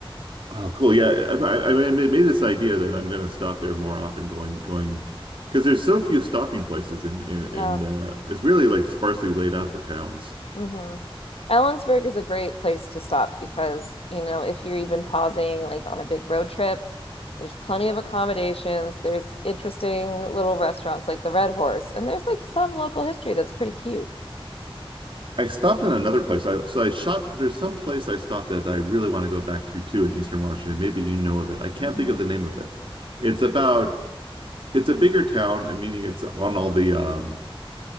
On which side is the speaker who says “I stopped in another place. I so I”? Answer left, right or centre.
Right